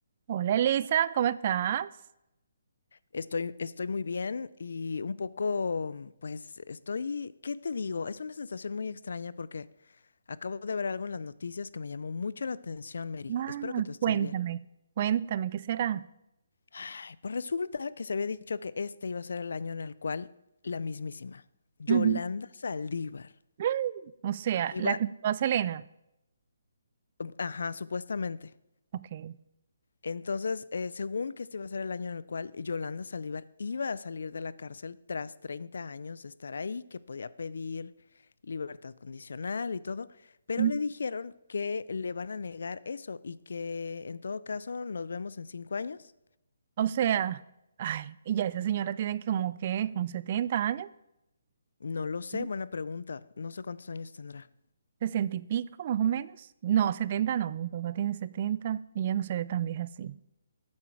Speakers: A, on the right; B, on the left.
A: Hola Elisa, ¿cómo estás?
B: Estoy, estoy muy bien y un poco, pues estoy, ¿qué te digo? Es una sensación muy extraña porque acabo de ver algo en las noticias que me llamó mucho la atención, Mary.
A: Ah,
B: Espero que tú estés
A: cuéntame,
B: bien.
A: cuéntame, ¿qué será?
B: Ay, pues resulta que se había dicho que este iba a ser el año en el cual la mismísima Yolanda
A: Ujú.
B: Saldívar
A: <gasps> O sea,
B: iba,
A: la que mató a Selena.
B: ajá, supuestamente.
A: Ok.
B: Entonces, eh, según que este iba a ser el año en el cual Yolanda Saldívar iba a salir de la cárcel tras 30 años de estar ahí, que podía pedir libertad condicional y todo, pero
A: Mm.
B: le dijeron que le van a negar eso y que en todo caso nos vemos en cinco años.
A: O sea, ay, y ya esa señora tiene como que, como 70 años,
B: No lo sé,
A: Ujú.
B: buena pregunta. No sé cuántos años tendrá.
A: 60 y pico más o menos. No, 70, no, mi papá tiene setenta y ella no se ve tan vieja así.